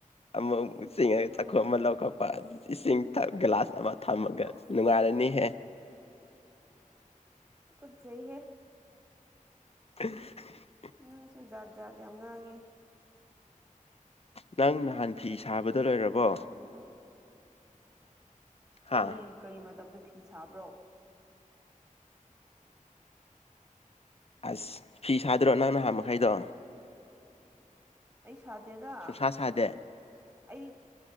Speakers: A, on the left; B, on the right.
A: ꯑꯃ ꯑꯃꯨꯛ ꯆꯁꯤꯡ ꯍꯦꯛ
B: ꯎꯝ
A: ꯆꯈꯣ ꯑꯃ ꯂꯧꯈꯠꯄ ꯏꯁꯤꯡ ꯊꯛ ꯒ꯭ꯂꯥꯁ ꯑꯃ ꯊꯝꯃꯒ
B: ꯑꯁ ꯑꯁ
A: ꯅꯨꯡꯉꯥꯏꯔꯅꯤꯍꯦ
B: ꯇꯨ ꯀꯠ ꯆꯩ ꯍꯦ
A: <inaudible>
B: ꯅꯪꯁꯨ ꯖꯥꯠ ꯖꯥꯠ ꯌꯥꯝ ꯉꯥꯡꯉꯦ
A: ꯅꯪ ꯅꯍꯥꯟ ꯐꯤ ꯁꯥꯕꯗꯣ ꯂꯣꯏꯔꯕꯣ
B: ꯑꯗꯨꯒꯨꯝꯕꯗꯣ
A: ꯍꯥ
B: ꯑꯩ ꯀꯔꯤ ꯃꯇꯝꯗ ꯐꯤ ꯁꯥꯕ꯭ꯔꯣ
A: ꯑꯁ ꯐꯤ ꯁꯥꯗꯔꯣ ꯅꯪ ꯅꯍꯥꯟ ꯃꯈꯩꯗꯣ
B: ꯑꯩꯁ ꯁꯥꯗꯦꯗ
A: ꯁꯨꯡꯁꯥ ꯁꯥꯗꯦ
B: ꯑꯩꯗꯤ